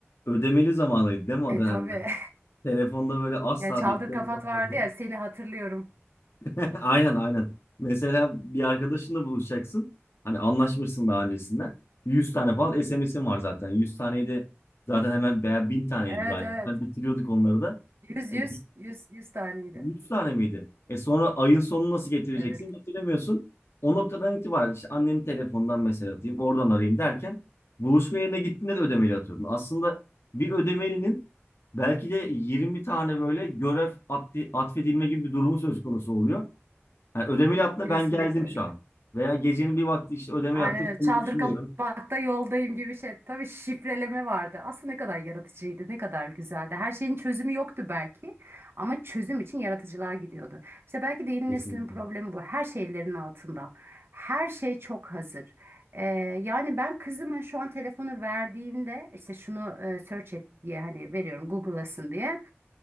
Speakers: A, on the left; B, on the right.
A: Ödemeli zamanıydı değil mi o
B: e
A: dönemler?
B: tabii <laughs>
A: Telefonda böyle asla
B: Ya çaldır
A: dakikanız
B: kafat
A: olmazdı.
B: vardı ya seni hatırlıyorum.
A: <laughs> Aynen aynen. Mesela bir arkadaşınla buluşacaksın. Hani anlaşmışsın daha öncesinden. 100 tane falan SMS'in var zaten. 100 taneyi de zaten hemen veya 1000 taneydi
B: Evet
A: galiba.
B: evet.
A: Ben bitiriyorduk onları da.
B: Yüz
A: E,
B: yüz yüz yüz taneydi.
A: 100 tane miydi? E sonra ayın sonunu nasıl getireceksin?
B: Evet
A: Getiremiyorsun. O noktadan itibaren işte annenin telefonundan mesaj atayım, oradan arayayım derken buluşma yerine gittiğinde de ödemeli atıyordun. Aslında bir ödemelinin belki de 20 tane böyle görev atfi- atfedilme gibi bir durumu söz konusu oluyor. Yani ödemeli atla
B: kesinlikle
A: ben geldim
B: öyle.
A: şu an. Veya gecenin bir vakti işte ödemeli
B: Aynen
A: attım.
B: öyle. Çaldır
A: Seni düşünüyorum.
B: kapatta yoldayım gibi şey. Tabii şifreleme vardı. Aslında ne kadar yaratıcıydı, ne kadar güzeldi. Her şeyin çözümü yoktu belki ama çözüm için yaratıcılığa gidiyordu. İşte belki de yeni
A: Kesinlikle.
B: neslin problemi bu. Her şey ellerinin altında. Her şey çok hazır. Ee, yani ben kızıma şu an telefonu verdiğimde işte şunu e, search et diye hani veriyorum Google'lasın diye.